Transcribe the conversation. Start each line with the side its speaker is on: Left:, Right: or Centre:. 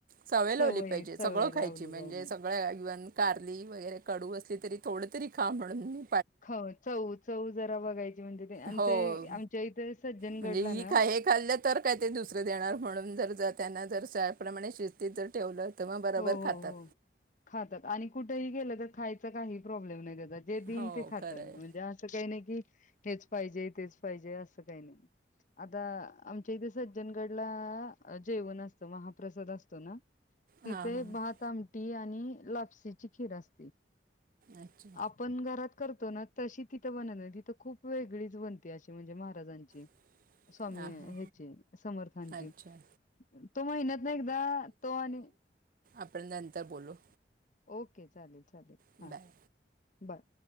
Right: सवयं लावली
Left: सवय
Right: पाहिजे
Left: सवय
Right: सगळं खायची
Left: लावली
Right: म्हणजे
Left: पाहिजे.
Right: सगळ्यां इव्हंन कारली वगैरें कडूं असली तरी थोडं तरी खां म्हणूंन
Left: हो चवं चवं जरां बघायची म्हणजे ते आणि
Right: हो
Left: ते आमच्या इथे सज्जंन
Right: म्हणजे
Left: गडलां
Right: ही
Left: नां
Right: खा हे खाल्लं तरं कांहीं ते दुसरं देणारं म्हणूंन जरं जरं त्यांना जरं शाळेप्रमाणे शिस्तीत जरं ठेवलं. तर मग बरोबर
Left: हो हो
Right: खातात
Left: हो खात्यांत आणि कुठेही गेलं तरं खांयचा कांहीं प्रॉब्लेम नाहीं त्यांच्या जे देईन
Right: हो
Left: ते खांतात
Right: खरं आहे
Left: म्हणजे असं कांहीं नाहीं की हेचं पाहिजे तेचं पाहिजे असं कांहीं नाहीं. आंता आमच्या इथे सज्जनगडंला जेवणं असतं महाप्रसाद असतो नां तिथे
Right: हां हां
Left: भांत आमटी आणि लापसीची खीर असते.
Right: अच्छा...
Left: आपणं घरांत करतो नां तशी तिथं बनतं नाहीं तिथं खूंप वेगळीचं बनते अशी म्हणजे महाराजांची.
Right: <unintelligible>
Left: स्वामी
Right: हां
Left: ह्यांची समर्थांची
Right: अच्छा
Left: तो महिण्यांतन एकदाचं तो आणि-
Right: आपणं नंतर बोलूं.
Left: ओके चालेल चालेल
Right: बाय
Left: हां बांय.